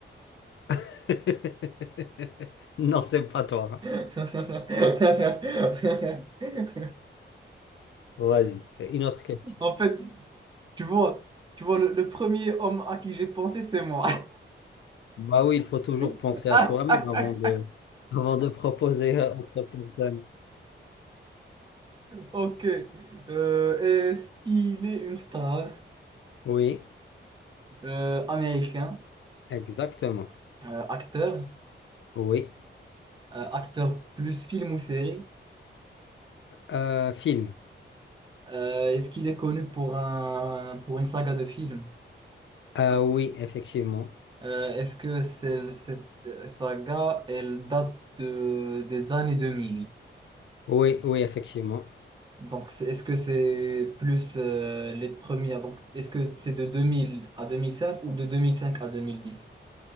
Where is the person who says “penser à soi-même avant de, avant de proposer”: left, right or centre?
Left